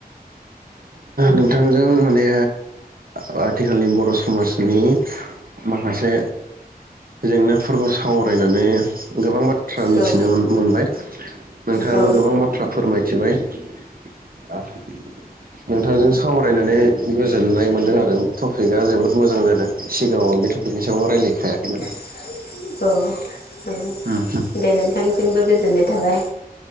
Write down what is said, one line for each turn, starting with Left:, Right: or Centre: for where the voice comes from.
Right: नोंथांजों माने ओ आथिखालनि बर' समाजनि माखासे जेंनाफोरखौ सावरायनानै गोबां बा थ्रा मिथिनो
Left: औ
Right: मोनबाय। लांदां नोंथाङाबो
Left: औ
Right: गोबां बाथ्रा फोरमायथिबाय। <unintelligible> नोंथांजों सावरायनानै गोजोननाय मोनदों आरो टपिकआ जोबोद मोजां जादों सिगाङाव आं बे टपिकनि सायाव रायलाय खायाखैमोन।
Left: टपिकनि सायाव रायलायखायाखैमोन। अ
Right: उम हो।
Left: औ दे नोंथांनिसिमबो गोजोननाय थाबाय